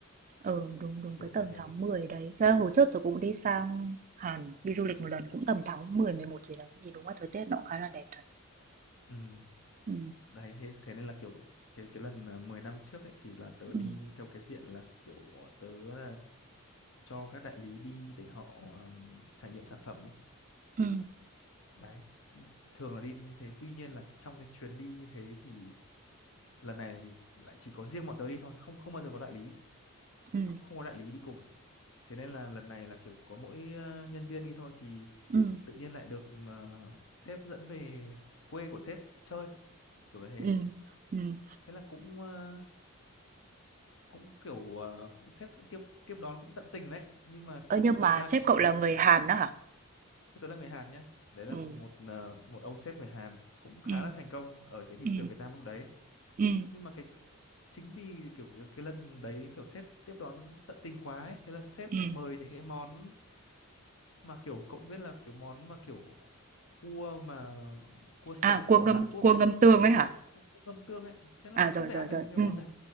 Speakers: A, on the right; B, on the left.
A: ờ, đúng, đúng
B: kiểu
A: cái tầm
B: như thế
A: tháng 10 đấy. Thật ra hồi trước tớ cũng đi sang Hàn, đi du lịch một lần cũng tầm tháng mười mười một gì đấy. Thì đúng là thời tiết nó cũng khá là đẹp thật.
B: Ừm,
A: Ừ
B: đấy thế thế nên là kiểu cái cái lần à, 10 năm trước ấy thì là tớ đi
A: ừ
B: theo cái diện là kiểu à, tớ là cho các đại lý đi để họ ừm, trải nghiệm sản phẩm ấy
A: ừ
B: đấy thường là đi như thế tuy nhiên là trong cái chuyến đi như thế thì lần này thì lại chỉ có riêng bọn tớ đi thôi không không bao giờ có đại lý
A: ừ
B: không không có đại lý đi cùng thế nên là lần này là kiểu có mỗi ờ, nhân viên đi thôi thì
A: ừ
B: tự nhiên lại được ờ, sếp dẫn về quê của sếp chơi kiểu như thế
A: ừ. ừm.
B: thế là cũng ờ, cũng kiểu ờ, cũng sếp cũng tiếp tiếp đón cũng tận tình đấy nhưng mà
A: Ơ, nhưng
B: thực
A: mà
B: ra
A: sếp
B: cái
A: cậu
B: kỷ
A: là
B: niệm
A: người Hàn đó hả?
B: chứ tôi là người Hàn nhá đấy là
A: Ừ
B: một ờ, một ông sếp người Hàn cũng khá
A: ừ
B: là thành công ở cái thị
A: ừ
B: trường Việt Nam lúc đấy
A: ừ.
B: nhưng mà cái chính vì kiểu cái, cái lần đấy kiểu sếp tiếp đón tận tình quá ấy, thế là sếp
A: ừm.
B: lại mời những cái món mà kiểu cậu biết là kiểu món mà kiểu cua mà cua sống
A: À, cua
B: của
A: ngâm,
B: Hàn Quốc
A: cua
B: ấy
A: ngâm tương ấy hả?
B: cua cua ngâm tương ấy thế là
A: À,
B: mình không
A: rồi,
B: thể
A: rồi,
B: ăn
A: rồi.
B: được những cái
A: Ừ.
B: món đấy